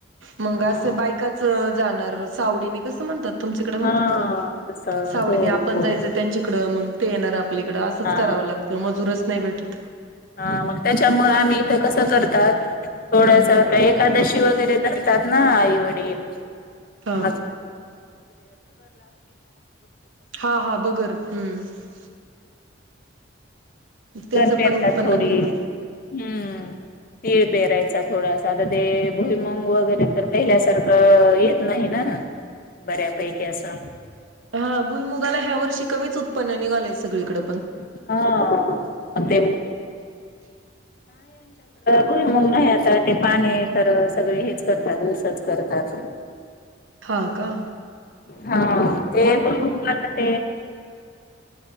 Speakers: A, on the right; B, on the left.
A: मंग
B: हा
A: असं बायकाच, जाणार सावडीनी. कसं म्हणतात? तुमच्याकड म्हणत्यात
B: हा
A: का?
B: तसं
A: सावडीने
B: हो
A: आपण
B: हो
A: जायचं, त्यांच्याकडं मं ते येणार आपलीकडं, असंच
B: हा
A: करावं लागतं. मजूरच नाही भेटत.
B: हा, मग त्याच्यामुळ आम्ही इथं कसं करतात थोडस
A: हम्म
B: होता. एकादशी वगैरे धरतात ना, आई वडील.
A: हा
B: <inaudible>
A: हा हा बगर हम्म त्याचं
B: <inaudible> पेरतात
A: पण उत्पन्न
B: थोडी.
A: कर
B: हम्म, तीळ पेरायचा थोडा आता ते भुईमंग वगैरे, तर पहिल्यासारखं येत नाही, ना? बऱ्यापैकी असा.
A: हा, भुईमुगाला ह्या वर्षी कमीच, उत्पन्न निघालय. सगळीकडं.
B: <unintelligible> आमच्याकड भुईमूग नाही. आता पाणी करतात, ऊसाचं करतात. <inaudible>
A: हा का?
B: हा <inaudible> बसतात